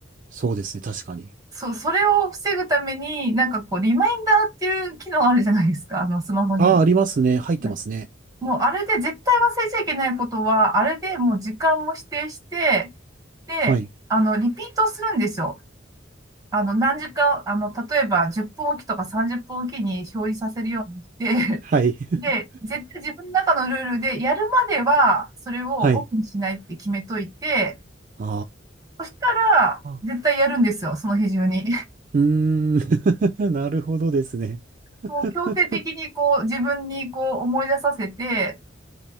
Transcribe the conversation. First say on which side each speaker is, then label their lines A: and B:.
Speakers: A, on the right; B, on the right.
A: そうですね、確かに。
B: そう、それを防ぐために、なんかこう、リマインダーっていう機能あるじゃないですか、あの、スマホに。
A: ああ、ありますね。入ってますね。
B: はいもう、あれで絶対忘れちゃいけないことは、あれでもう時間も指定して、で、
A: はい。
B: あの、リピートするんですよ。あの、何時間、あの、例えば10分おきとか30分おきに表示させるようにして、
A: はい。
B: <laughs>
A: <laughs>
B: で、絶対自分の中のルールで、やるまでは、それをオフにしないって決めといて、
A: はい。あ
B: そしたら、絶対やるんですよ、
A: あ。
B: その日中に。
A: うーん。<laughs> なるほどですね。<laughs>
B: もう強制的にこう自分にこう思い出させて、